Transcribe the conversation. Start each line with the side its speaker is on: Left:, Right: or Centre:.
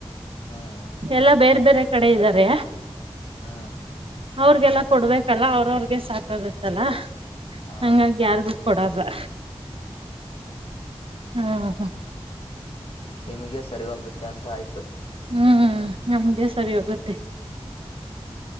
Left: ಹ್ಮ್ ಹ್ಮ್
Right: ಎಲ್ಲಾ
Left: ಹ್ಮ್
Right: ಬೇರೆ ಬೇರೆ ಕಡೆ ಇದ್ದಾರೆ.
Left: ಹಾ.
Right: ಅವ್ರಗೆಲ್ಲ ಕೊಡ್ಬೇಕಲ್ಲ ಅವ್ರ ಅವ್ರಗೆ ಸಾಕಾಗತ್ತಲ್ಲ
Left: ಹಾ
Right: ಹಂಗಾಗಿ ಯಾರಿಗು ಕೊಡಲ್ಲಾ.
Left: ಹ್ಮ.
Right: ಹ್ಮ್
Left: ನಿಮಗೆ ಸರಿ ಹೊಂದುತ್ತೆ ಅಂತ ಆಯ್ತು.
Right: ಹ್ಮ್ ಹ್ಮ್ ನಮ್ಗೆ ಸರಿ ಹೊಗುತ್ತೆ.